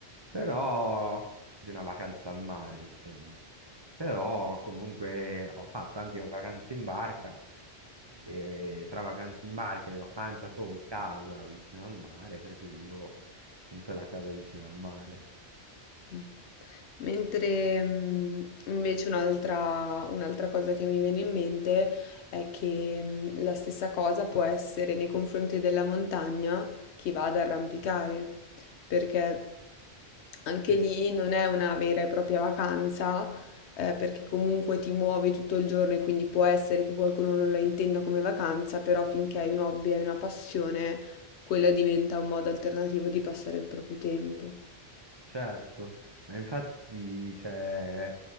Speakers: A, on the right; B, on the left.
A: però di una vacanza al mare, insomma. Però comunque ho fatto anche vacanze in barca e tra vacanze in barca e vacanza con casa vicino al mare, preferivo sempre la casa vicino al mare.
B: Mm. Mentre mh, invece un'altra un'altra cosa che mi viene in mente è che mh, la stessa cosa può essere nei confronti della montagna chi va ad arrampicare, perché anche
A: Sì,
B: lì non è una vera e propria vacanza, eh, perché comunque ti muovi tutto il giorno e quindi può essere che qualcuno non la intenda come vacanza, però finché hai un hobby e una passione, quella diventa un modo alternativo di passare il proprio tempo.
A: certo. Ma infatti, cioè,